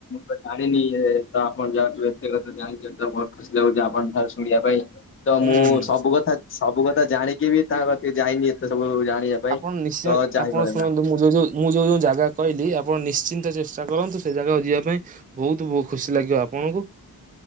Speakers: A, on the left; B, on the right.
A: ତ ଜାଣିନି ଏ ତ ଆପଣ ଯେହେତୁ ଏତେକଥା ଜାଣିଛନ୍ତି ତ ବହୁତ ଖୁସି ଲାଗୁଛି ଆପଣ ଠାରୁ ଶୁଣିବା ପାଇଁ। ତ
B: ହୁଁ।
A: ମୁଁ ସବୁ କଥା ସବୁ କଥା ଜାଣିକି ବି ତା କତିକି ଯାଇନି ସେସବୁ ଜାଣିବା ପାଇଁ
B: ଆପଣ ନିଶ୍ଚୟ
A: ତ ଚାହିଁ
B: ଆପଣ
A: ରହିଲା।
B: ଶୁଣନ୍ତୁ ମୁଁ ଯୋଉ ଯୋଉ ମୁଁ ଯୋଉ ଯୋଉ ଜାଗା କହିଲି ଆପଣ ନିଶ୍ଚିନ୍ତ ଚେଷ୍ଟା କରନ୍ତୁ ସେ ଜାଗାକୁ ଯିବା ପାଇଁ। ବହୁତ ବୁ ଖୁସି ଲାଗିବ ଆପଣଙ୍କୁ।